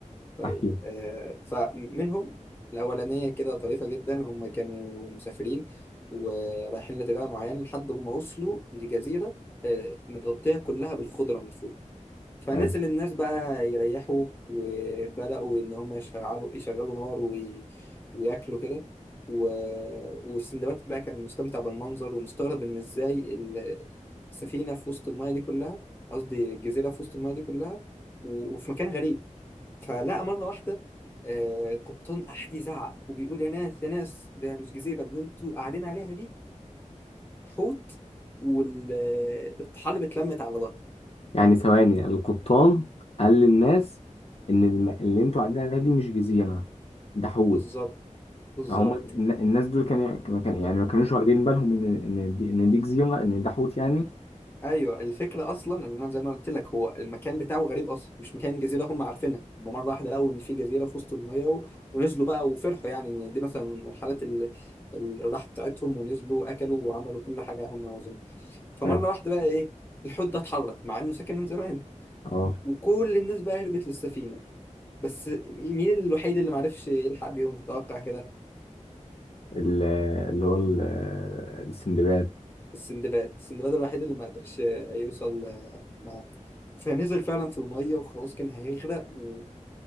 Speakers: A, on the left; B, on the left.
A: طيب
B: احكيه
A: آه فمنهم الاولانيه كده طريفه جدا هم كانوا مسافرين ورايحين لاتجاه معين لحد ما وصلوا لجزيره آه، متغطيه كلها بالخضره من فوق فنزل
B: حلو
A: الناس بقى يريحوا وبدأوا إن هم يشغلوا يشغلوا نار وي... وياكلوا كده و... والسندباد بقى كان مستمتع بالمنظر ومستغرب إن إزاي ال- السفينة في وسط الماية دي كلها قصدي الجزيرة في وسط الماية دي كلها و... وفي مكان غريب فلقى مرة واحدة آه... قبطان أحد يزعق وبيقول يا ناس يا ناس ده مش جزيرة ده اللي أنتوا قاعدين عليها دي حوت والطحالب اتلمت على ظهره
B: يعني ثواني القبطان قال للناس إن الم... اللي أنتوا قاعدين عليها دي مش جزيرة ده حول
A: بالظبط بالظبط
B: فهم الن- الناس دول كانوا كانوا- كان- يعني ما كانوش واخدين بالهم إن إن دي إن دي جزيرة إن ده حوت يعني
A: ايوه الفكره اصلا ان انا زي ما قلت لك هو المكان بتاعه غريب اصلا مش مكان جزيره هم عارفينها هم مره واحده لقوا ان في جزيره في وسط الميه و- ونزلوا بقى وفرحوا يعني ان دي مثلا من الحالات اللي الراحه بتاعتهم ونزلوا واكلوا وعملوا كل حاجه هم عاوزينها فمره
B: حلو
A: واحده بقى ايه الحوت ده اتحرك مع انه ساكن من زمان
B: اه
A: وكل الناس بقى هربت للسفينه بس مين الوحيد اللي معرفش يلحق بيهم تتوقع كده
B: ال- اللي هو ال- السندباد
A: السندباد السندباد الوحيد اللي ما قدرش يوصل مع فنزل فعلا في المية وخلاص كان هيغرق و...